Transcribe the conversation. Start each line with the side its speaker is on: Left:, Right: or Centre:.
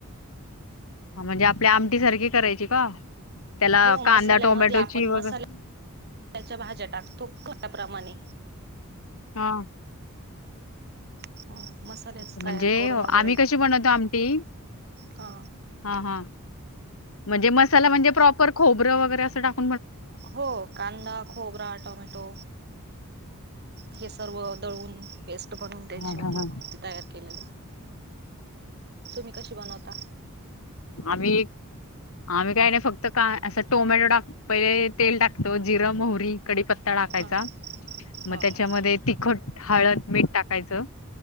Left: हा म्हणजे आपल्या आमटी सारखी करायची का? त्याला
Right: हो
Left: कांदा
Right: मसाल्यामध्ये
Left: टोमॅटोची
Right: आपण
Left: वगैरे
Right: मसाल्याच्या... भाज्या टाकतो. तो <unintelligible> का प्रमाणे.
Left: हां
Right: हो मसाल्याच
Left: म्हणजे
Right: तयार करून वगैरे
Left: आम्ही कशी बनवतो आमटी.
Right: हा
Left: हा हा म्हणजे मसाला म्हणजे प्रॉपर खोबरं वगैरे असं टाक
Right: हो कांदा खोबरा टोमॅटो. हे सर्व दळून पेस्ट बनून त्याची
Left: हा
Right: वाली
Left: हा हा
Right: मग ते तयार केलेलं. तुम्ही कशी बनवता?
Left: आम्ही. आम्ही काही नाही फक्त का असं टोमॅटो टाक पहिले तेल टाकतो जिरं मोहरी कडीपत्ता टाकायचा
Right: हा हा
Left: मग त्याच्यामध्ये
Right: हा
Left: तिखट हळद मीठ टाकायचं